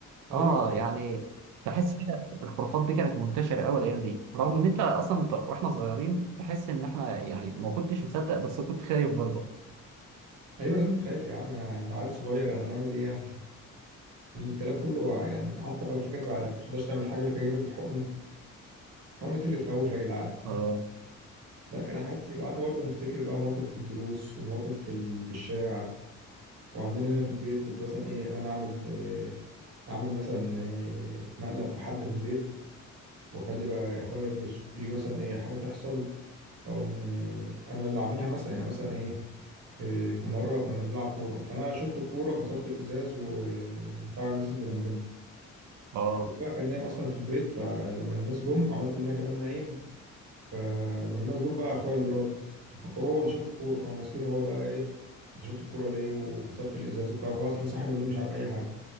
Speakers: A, on the right; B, on the right.
A: ايوه
B: اه يعني تحس كده الخرافات دي كانت منتشره قوي الايام دي رغم ان انت اصلا انت واحنا صغيرين تحس ان احنا يعني ما كنتش مصدق بس كنت خايف برضه
A: ايوه لازم تخاف يا عم انت عيل صغير هنعمل ايه يعني الكلام كله يعني حتى بقى فاكر بعد
B: اه
A: ما تقدرش تعمل حاجه يقول لك هجيب لك الحقنه الحقنه إيه اللي تخوف يا جدعان
B: اه
A: لا كان حاجات كتير وقعدنا برضه نفتكر بقى مواقف في الدروس ومواقف في ال- في الشارع وعندنا هنا في البيت كنت مثلا ايه انا اعمل إيه اعمل مثلا إيه مقلب في حد في البيت واخلي بقى اخويا يلبسه يجي مثلا ايه حاجه تحصل أقوم إيه انا اللي اعملها مثلا يعني مثلا ايه إيه، في مرة كنا بنلعب كورة فأنا شطت الكورة كسرت الإزاز وبتاع الناس اللي جنبنا
B: اه
A: أخويا بقى كان نايم أصلا في البيت فلما الناس جم عملت إن أنا كمان نايم فلما الناس جم بقى اخويا اللي رد ففكروا هو اللي شاط الكوره او ماسكينه هو بقى ايه انت شاط الكوره ليه وكسرت الازاز وبتاع هو اصلا صاحي من النوم مش عارف اي حاجه